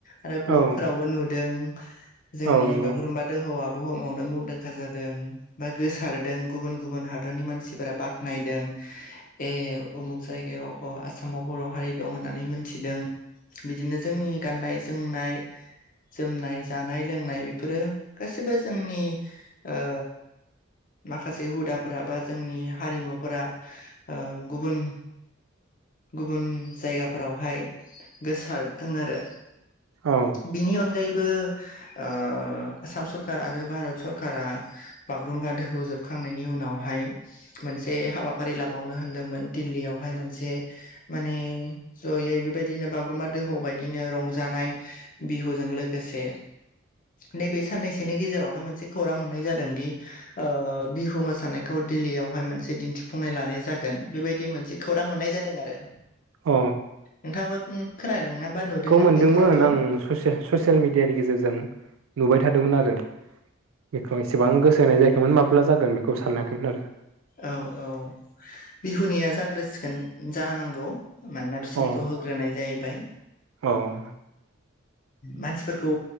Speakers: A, on the left; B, on the right.
A: आरो ब्लक
B: औ
A: फोरावबो नुदों जोंनि
B: औ नंगौ
A: बागुरुम्बा दोहौवा बुहुमावनो मुंदांखा जादों बा गोसारदों गुबुन गुबुन हादरनि मानसिफोरा बाख नायदों ए उमुख जायगायाव अ आसामाव बर' हारि दं होननानै मोनथिदों। बिदिनो जोंनि गाननाय जोमनाय जोमनाय जानाय लोंनाय बेफोरो गासिबो जोंनि ओ माखासे हुदाफोरा बा जोंनि हारिमुफोरा ओ गुबुन गुबुन जायगाफोरावहाय गोसारदों आरो
B: औ
A: बिनि अनगायै बो ओ आसाम सरखार आरो भारत सरकारा बागुरुम्बा दोहौ जोबखांनायनि उनावहाय मोनसे हाबाफारि लाबावनो होनदोंमोन दिल्लीयावहाय मोनसे माने जयै बेबायदिनो बागुरुम्बा दोहौ बायदिनो रंजानाय बिहुजों लोगोसे नैबे साननैसोनि गेजेरावनो मोनसे खौरां मोननाय जादों दि ओ बिहु मोसानायखौ दिल्लीयाव हाय मोनसे दिन्थिफुंनाय लानाय जागोन बेबायदि मोनसे खौरां मोननाय जादों आरो
B: अ
A: नोंथाङाबो खोनादों ना बा नुदोंना
B: मोनदोंमोन
A: बे खौरांखौ
B: आं ससे ससियेल मिडियानि गेजेरजों नुबाय थादोंमोन आरो बिखौ एसेबां गोसो होनाय जायाखैमोन माब्ला जागोन बेखौबो सानाखैमोन आरो
A: औ औ बिहुनिया जाग्रोसिगोन जानांगौ मानोना बिसोरनिखौ
B: अ
A: होग फोरानाय जाहैबाय
B: औ
A: मानसिफोरखौ